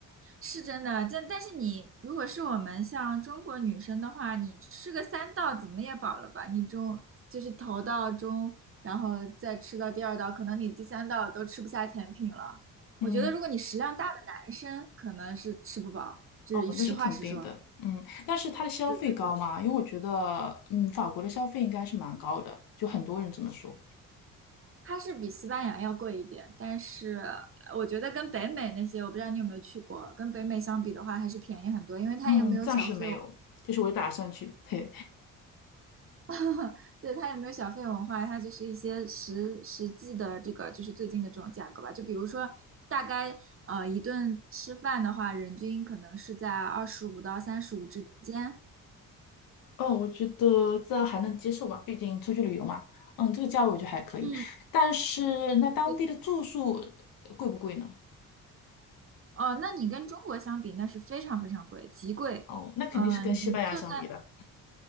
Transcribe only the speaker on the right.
是真的，但但是你如果是我们像中国女生的话，你吃个三道怎么也饱了吧？你中就是头道中，然后再吃到第二道，可能你第三道都吃不下甜品了。
我觉得如果你食量大的男生，可能是吃不饱，就是实话实说。
对对对，
它是比西班牙要贵一点，但是呃我觉得跟北美那些，我不知道你有没有去过，跟北美相比的话，还是便宜很多，因为它也没有小费。
对。
<laughs> 对，它也没有小费文化，它就是一些实实际的这个就是最近的这种价格吧。就比如说，大概呃一顿吃饭的话，人均可能是在二十五到三十五之间。
嗯，
对，
哦，那你跟中国相比，那是非常非常贵，极贵。
嗯、你就算